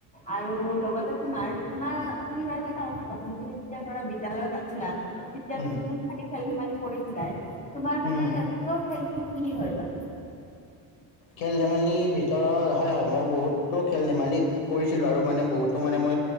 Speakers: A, on the left (about 20°); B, on the left (about 85°).
A: আৰু লগতে তোমাৰ তোমাৰ তুমি বাৰু এটা কথা কোৱাচোন তুমি যেতিয়া ধৰা বিদ্য়ালয়ত আছিলা তেতিয়া
B: উম,
A: তুমি খি খেলি ধেমালি কৰিছিলাই, তোমাৰ মানে
B: উম।
A: ৰ খেলতটো কি হয় বাৰু?
B: খেল ধেমালিৰ ভিতৰত হয় হয় মই বহুতো খেল ধেমালি কৰিছিলো আৰু মানে বহুতো মানে মই